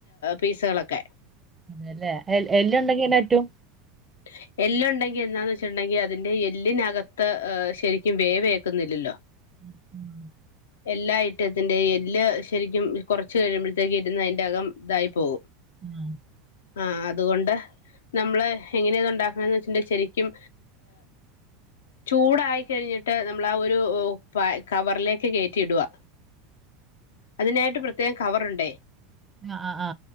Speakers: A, on the left; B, on the right.
A: പീസ്കളൊക്കെ
B: അതെ എൽഎല്ലുണ്ടെങ്കിനറ്റും
A: ഹ് എല്ലുണ്ടെങ്കി എന്താന്ന് വെച്ചിട്ടുണ്ടെങ്കിൽ അതിന്റെ എല്ലിനകത്ത് ശരിക്കും വേവേക്കുന്നില്ലല്ലോ?
B: <unintelligible>
A: എല്ലാ ഐറ്റത്തിന്റെ എല്ല് ശരിക്കും കുറച്ച് കഴിയുമ്പോഴത്തേക്കും ഇരുന്ന അയിന്റെകം ഇതായി പോകും.
B: ഉം,
A: ആ അതുകൊണ്ട് നമ്മള് എങ്ങനെയു ണ്ടാക്കണന്ന് വെച്ചിട്ടുണ്ടങ്കിൽ ശരിക്കും ചൂടായി കഴിഞ്ഞിട്ട് നമ്മൾ ആ ഒരു കവറിലേക്ക് കയറ്റി ഇടുവ. അതിനായിട്ട് പ്രത്യേകം കവറുണ്ടേ.
B: അ അ ആ